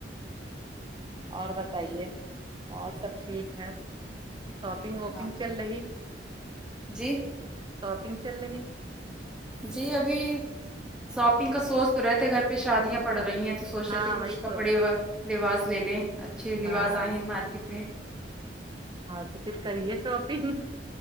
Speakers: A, on the right; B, in the centre.
A: اور بتائیے اور سب ٹھیک ہے شاپنگ واپنگ
B: ہاں
A: چل لہی
B: جی
A: شاپینگ چل لہی
B: جی ابھی ساپینگ کا سونچ تو رہے تھے گھر پہ شادیاں پڑ رہی ہیں تو سوچ
A: ہاں
B: رہے تھے کچھ
A: وہی
B: کپڑے
A: تو
B: و لباس لے لیں اچھے لباس
A: ہاں
B: آئے ہیں مارکیٹ میں
A: ہاں تو پھر کرئیے شاپنیگ